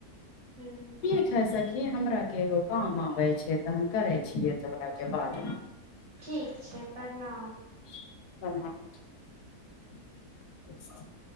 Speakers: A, on the right; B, on the left.
A: हूं।
B: हे सखी हमरा के एगो काम आबे छैय तऽ हम करे छियै तोरा के बादमे
A: ठीक छैय प्रणाम।
B: प्रणाम।